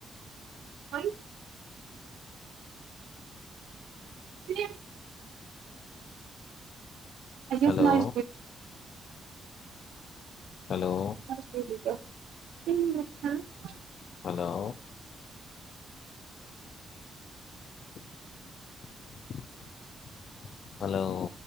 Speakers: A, on the right (about 85°); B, on the left (about 70°).
A: ہ ج ا
B: ہلو
A: مج
B: ہلو
A: کاک <inaudible>
B: ہلو ہلو